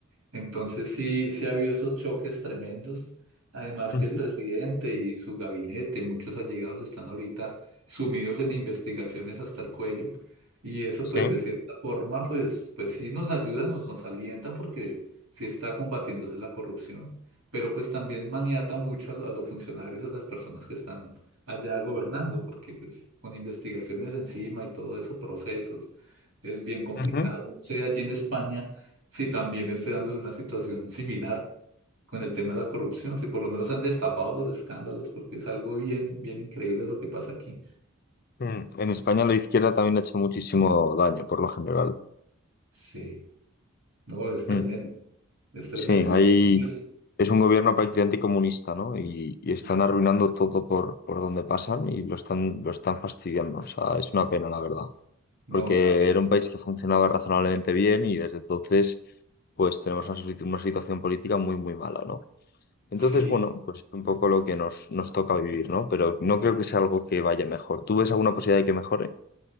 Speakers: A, on the right (about 90°); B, on the left (about 45°).
A: Entonces sí, sí ha habido esos choques tremendos. Además
B: ujú,
A: que el presidente y su gabinete, muchos allegados están ahorita sumidos en investigaciones hasta el cuello. Y eso
B: Sí.
A: pues de cierta forma pues, pues sí nos ayuda, nos, nos alienta porque sí está combatiéndose la corrupción. Pero pues también maniata mucho a, lo- a los funcionarios, a las personas que están allá gobernando, porque pues con investigaciones encima y todo eso, procesos, es bien complicado.
B: ujú, ujú.
A: O sea, allí en España si también esté dándose una situación similar con el tema de la corrupción, si por lo menos han destapado los escándalos, porque es algo bien, bien increíble lo que pasa aquí.
B: Mm. En España la izquierda también ha hecho muchísimo daño, por lo general.
A: Sí, no, es tremendo,
B: Mm.
A: es tremendo.
B: Sí, ahí
A: Y aquí, pues,
B: es
A: pues,
B: un gobierno prácticamente comunista, ¿no? Y, y están
A: mm,
B: arruinando todo por, por donde pasan y lo están, lo están fastidiando. O sea, es una pena, la verdad.
A: no
B: Porque
A: da pena.
B: era un país que funcionaba razonablemente bien y desde entonces pues tenemos una, situ- una situación política muy, muy mala, ¿no? Entonces,
A: Sí.
B: bueno, pues es un poco lo que nos, nos toca vivir, ¿no? Pero no creo que sea algo que vaya mejor. ¿Tú ves alguna posibilidad de que mejore?